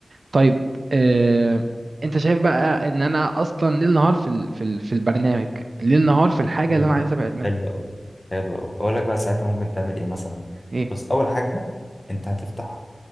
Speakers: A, on the right; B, on the left.
A: طيب آه، انت شايف بقى ان انا اصلا ليل نهار في ال... في ال... في البرنامج ليل نهار في الحاجه
B: حلو
A: اللي انا عايز
B: أوي
A: ابعد منها
B: حلو أوي حلو أوي أقول لك بقى ساعتها ممكن تعمل إيه مثلا
A: ايه
B: بص أول حاجة أنت هتفتح